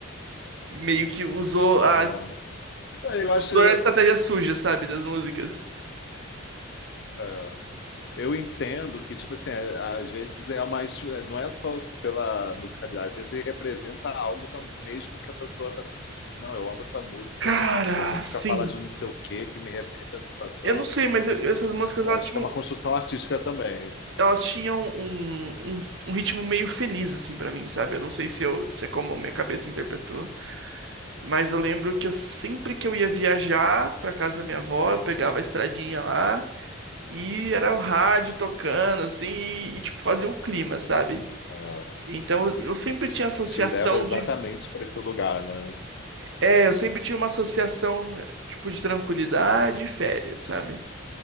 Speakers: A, on the right; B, on the left.
A: Meio que usou a,
B: é. Eu acho,
A: usou a estratégia suja, sabe? Das músicas.
B: é, é, eu entendo que, tipo assim, é- às vezes é mais. é, Não é só pela musicalidade, às vezes representa algo tam- mesmo que a pessoa está sentindo. Tipo assim, não, eu amo essa música,
A: Cara,
B: e essa música
A: sim.
B: fala de um não sei o quê que me remete à situação.
A: Eu não sei,
B: Então,
A: mas eu- essas músicas
B: eu
A: elas
B: acho
A: tinham,
B: que é uma construção artística também.
A: elas tinham um, um, um ritmo meio feliz, assim, pra mim, sabe? Eu não sei se, eu, se é como minha cabeça interpretou, mas eu lembro que eu sempre que eu ia viajar pra casa da minha avó, eu pegava a estradinha lá e era o rádio tocando, assim, e, e, tipo, fazia o clima, sabe?
B: Ah,
A: Então eu, eu sempre tinha
B: te,
A: associação
B: te leva exatamente
A: de.
B: para esse lugar, né?
A: É, eu sempre tinha uma associação, tipo, de tranquilidade e férias, sabe?